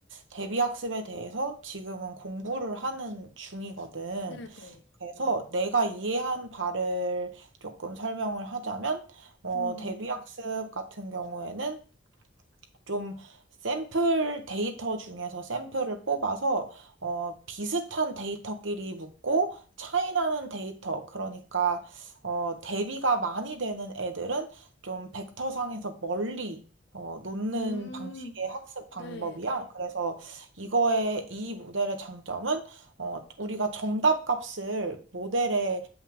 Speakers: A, on the right; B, on the left.
A: 대비 학습에 대해서 지금은 공부를 하는 중이거든.
B: 네, 네.
A: 그래서 내가 이해한 바를 조금 설명을 하자면, 어,
B: 음,
A: 대비학습 같은 경우에는 좀 샘플 데이터 중에서 샘플을 뽑아서 어, 비슷한 데이터끼리 묶고 차이 나는 데이터 그러니까 어, 대비가 많이 되는 애들은 좀 벡터상에서 멀리 어, 놓는
B: 음,
A: 방식의 학습 방법이야.
B: 네, 네,
A: 네. 그래서 이거의 이 모델의 장점은 어, 우리가 정답 값을 모델에